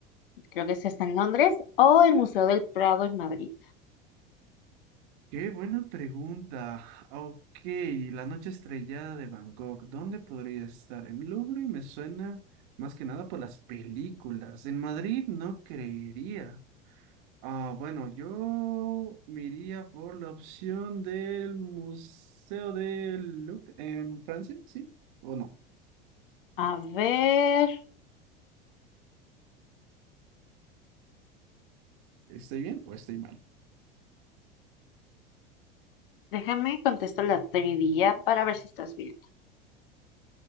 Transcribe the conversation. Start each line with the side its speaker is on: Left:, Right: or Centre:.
Left: Creo que ese está en Londres. ¿O el Museo del Prado, en Madrid?
Right: Qué buena pregunta. Ah, Ok, la noche estrellada de Bangkok, ¿dónde podría estar? El Louvre me suena más que nada por las películas. En Madrid no creería. Ah, bueno, yo me iría por la opción del Museo del Louvre en Francia, ¿sí? ¿O no?
Left: A ver,
Right: ¿Estoy bien o estoy mal?
Left: déjame contestar la trivia para ver si estás bien.